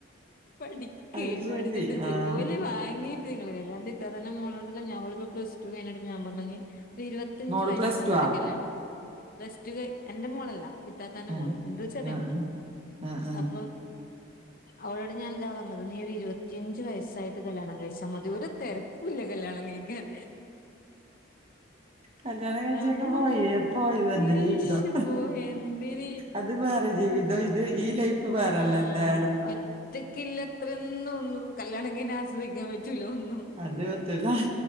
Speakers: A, on the left; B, on the right.
A: പഠിക്കേ
B: അത് ശരി
A: പഠിച്ചിട്ട് ജോലി
B: ആഹ്
A: വാങ്ങി നിങ്ങള്ൾല്ല <unintelligible> മോളുണ്ടല്ലോ ഞ പ്ലസ് ടു കിട്ട് ഞാൻ പറഞ്ഞു <unintelligible> ഇരുപത്തഞ്ച്
B: മോള്
A: വയസ്സാവാണ്ട്
B: പ്ലസ് ടു ആ
A: കല്യാണം പ്ലസ്ടു കയ് എന്റെ മോളല്ല ഇത്താത്താന്റെ
B: ആഹ്
A: മോള് എന്റെ ചെറിയ
B: ആഹ്
A: മക്കള്
B: ആഹ് ആഹ്
A: അപ്പൊ അവളോട് ഞാൻ ഇതാ പറഞ്ഞത് നീ ഒരു ഇരുപത്തിയഞ്ച് വയസ്സായിട്ട് കല്യാണം കഴിച്ച ക്ഷെ മദൂര തെരക്കൂലാ കല്യാണം കഴിക്കാൻ
B: കല്യാണം കഴ്ച്ചൊക്കെ
A: നമ്മള്
B: പോയി പോയതന്നെ
A: ഈശ്
B: ജീവിതം
A: പോയി എന്തിന്
B: അത് വേറെ ജീവിതം ഇത് ഈ ലൈഫ് വേറല്ല
A: ആഹ്
B: എന്തായാലും
A: ഒറ്റക്കില്ല അത്രയൊന്നും ഒന്നും കല്യാണം കഴിഞ്ഞ ആസ്വദിക്കാൻ പറ്റൂല ഒന്നും
B: അത് പറ്റൂല